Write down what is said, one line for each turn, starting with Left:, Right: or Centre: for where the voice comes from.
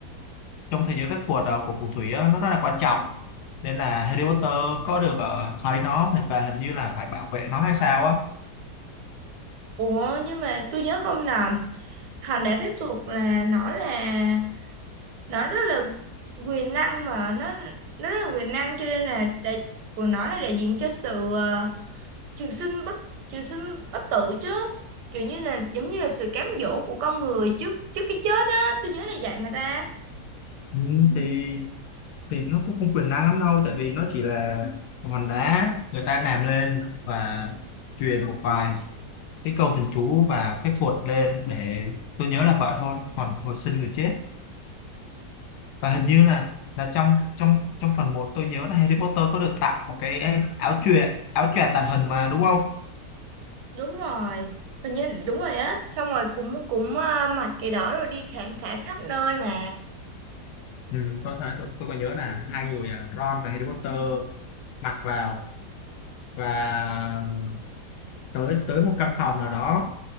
Left: trong thế giới phép thuật ờ, của phù thủy á, nó rất là quan trọng nên là Harry Potter có được ờ, thấy nó và hình như là phải bảo vệ nó hay sao á
Right: ủa nhưng mà tôi nhớ không nhầm hòn đá phép thuật là nó là nó rất là quyền năng mà nó nó rất là quyền năng cho nên là đại, của nó là đại diện cho sự ờ, trường sinh bất trường sinh bất tử chứ kiểu như là giống như là sự cám dỗ của con người trước trước cái chết á tôi nhớ là vậy mà ta
Left: ừ, thì thì nó cũng không quyền năng lắm đâu tại vì nó chỉ là hòn đá người ta làm lên và truyền một vài cái câu thần chú và phép thuật lên để tôi nhớ là vậy thôi còn hồi sinh người chết và hình như là là trong trong trong phần một tôi nhớ là Harry Potter có được tặng một cái ấy, áo choàng áo choàng tàng hình mà đúng không
Right: đúng rồi hình như đúng rồi á xong rồi cũng cũng ờ, mặc cái đó rồi đi khám phá khắp nơi mà
Left: Ừ, tôi thấy tôi, tôi còn nhớ là hai người à, Ron và Harry Potter mặc vào và tới tới một căn phòng nào đó